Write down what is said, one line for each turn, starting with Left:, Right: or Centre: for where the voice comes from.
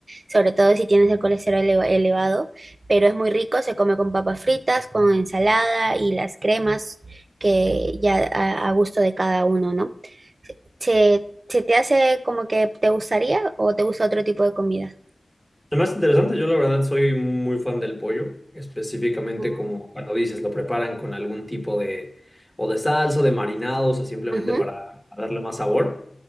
Right: sobre todo si tienes el colesterol eleva- elevado, pero es muy rico, se come con papas fritas, con ensalada y las cremas que ya a a gusto de cada uno, ¿no? ¿Se, se te hace como que te gustaría o te gusta otro tipo de comida?
Centre: Lo más interesante, yo la verdad soy muy fan del pollo, específicamente
Right: Ujú.
Centre: como cuando dices, lo preparan con algún tipo de, o de salsa, o de marinados, o sea, simplemente
Right: Ujú.
Centre: para, para darle más sabor.